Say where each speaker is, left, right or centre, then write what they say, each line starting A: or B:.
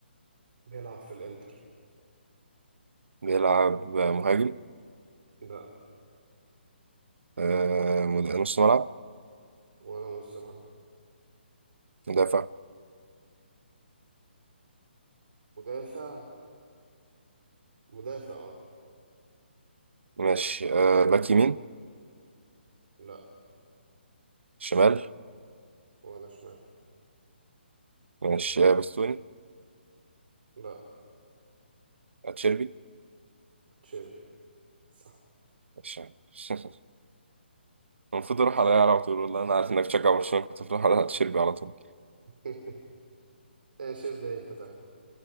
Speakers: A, on the right; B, on the right.
A: بيلعب في الانتر
B: بيلعب آه، مهاجم
A: لا
B: آه، مد- نص ملعب
A: ولا نص ملعب
B: مدافع
A: مدافع مدافع اه
B: ماشي آه، باك يمين
A: لا
B: شمال
A: ولا شمال
B: ماشي آه، بستوني
A: لا
B: أتشيربي
A: تشيربي صح
B: ماشي <laughs> المفروض
A: ماشي
B: أروح على على طول والله أنا عارف إنك تشجع برشلونة كنت بروح على أتشيربي على طول
A: <laughs> ماشي ابدأ انت طيب